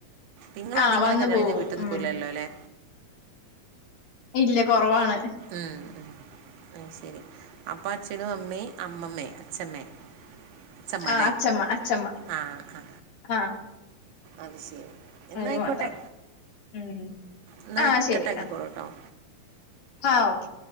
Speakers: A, on the right; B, on the left.
A: നിങ്ങള
B: ആഹ്
A: അത് ഇങ്ങനെ
B: വന്നു
A: കല്യാണം
B: പോവും.
A: കഴിഞ്ഞാ വീട്ട് നിക്കൂലല്ലോല്ലെ
B: ഉം. ഇല്ല കുറവാണ്
A: ഉം അ ശരി അപ്പാ ചെ ഞാനും അമ്മേ അമ്മമ്മേ അച്ഛമ്മേ അച്ഛമ്മ
B: ആ
A: അല്ലേ
B: അച്ഛമ്മ അച്ഛമ്മ
A: ആ ആ
B: ആ
A: അത് ശരി എന്നായിക്കോട്ടെ
B: ആര് മാത്രം ഉം
A: എന്നാൽ
B: ആ ശരി
A: കട്ടാക്കിക്കോളൂ
B: അ
A: കേട്ടോ
B: ആ ഓക്കെ